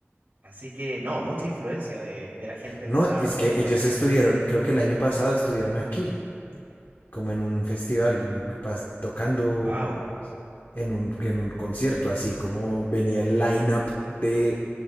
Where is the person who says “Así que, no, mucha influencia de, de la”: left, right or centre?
Right